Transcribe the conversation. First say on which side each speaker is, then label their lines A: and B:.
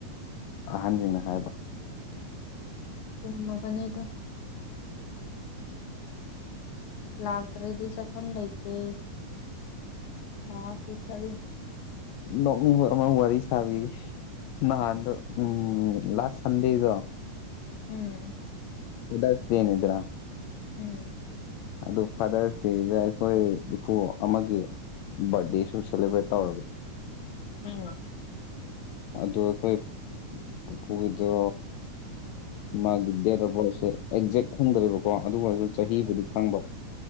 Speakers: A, on the left (about 85°); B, on the left (about 70°).
A: ꯑꯍꯟꯁꯤꯡꯅ ꯍꯥꯏꯕ
B: ꯆꯨꯝꯃꯕꯅꯦꯗ ꯂꯥꯛꯇ꯭ꯔꯗꯤ ꯆꯠꯐꯝ ꯂꯩꯇꯦ ꯂꯥꯛꯗꯤ ꯆꯠꯂ
A: ꯅ ꯋꯥꯔꯤꯁꯕꯤ ꯅꯗ ꯎꯝ ꯂꯥꯁ ꯁꯟꯗꯦ ꯏꯣ
B: ꯎꯝ
A: ꯍꯗꯇꯦꯅꯤꯗ꯭ꯔꯥ
B: ꯎꯝ
A: ꯑꯗꯨ ꯐꯥꯗꯔꯁꯤꯗ ꯑꯩꯈꯣꯏ ꯏꯄꯨ ꯑꯃꯒꯤ ꯕꯥꯔꯗꯦ ꯁ ꯁꯦꯂꯦꯕ꯭ꯔꯦꯠ ꯇꯧꯔꯕ
B: ꯎꯝ
A: ꯑꯗꯨ ꯑꯩꯈꯣꯏ ꯄꯨꯄꯨꯒꯤꯗꯣ ꯃꯥꯒꯤꯗ ꯑꯦꯛꯖꯦꯛ ꯐꯪꯗꯦꯕꯀꯣ ꯑꯗꯨ ꯑꯣꯏꯔꯁꯨ ꯆꯍꯤꯕꯨꯗꯤ
B: ꯎꯝ
A: ꯈꯪꯕ